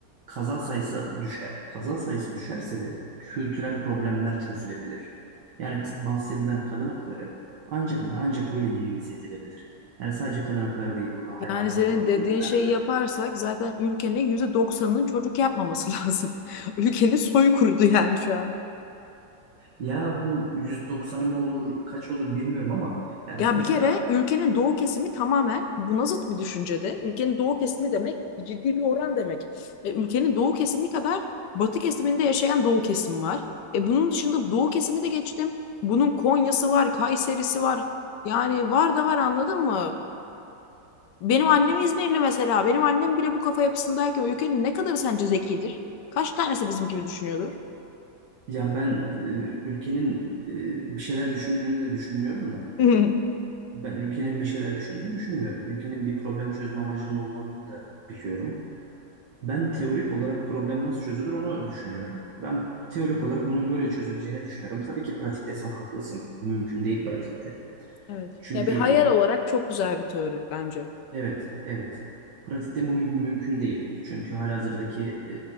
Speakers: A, on the right; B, on the left.
A: kaza sayısı düşer. Kaza sayısı düşerse de kültürel problemler çözülebilir. Yani kız- bahsedilen kadın hakları ancak ve ancak böyle minimize edilebilir. Yani sadece kadın hakları değil burada hayvanlara
B: Yani senin
A: olan
B: dediğin
A: zulümler
B: şeyi
A: de.
B: yaparsak zaten ülkenin yüzde doksanının çocuk yapmaması lazım. <laughs> Ülkenin soyu kurudu yani şu an.
A: Ya bu 190'ı mı olur kaç olur bilmiyorum ama yani
B: Ya
A: sonuçta
B: bir kere ülkenin doğu kesimi tamamen buna zıt bir düşüncede. Ülkenin doğu kesimi demek ciddi bir oran demek. E, ülkenin doğu kesimi kadar batı kesiminde yaşayan doğu kesimi var. E, bunun dışında doğu kesimi de geçtim. Bunun Konya'sı var, Kayseri'si var. Yani var da var anladın mı? Benim annem İzmirli mesela. Benim annem bile bu kafa yapısındayken ülkenin ne kadarı sence zekidir? Kaç tanesi bizim gibi düşünüyordur?
A: Ya ben e, ülkenin e, bir şeyler düşündüğünü de düşünmüyorum da
B: <laughs>
A: ben ülkenin bir şeyler düşündüğünü düşünmüyorum. Ülkenin bir problem çözme amacının olmadığını da biliyorum. Ben teorik olarak problem nasıl çözülür onu düşünüyorum. Ben teorik olarak bunun böyle çözüleceğini düşünüyorum. Tabii ki pratikte sen haklısın. Bu mümkün değil pratikte.
B: Evet.
A: Çünkü
B: Ya bir hayal olarak çok güzel bir teori bence.
A: e, evet, evet. Pratikte bu mü- mümkün değil. Çünkü halihazırdaki e,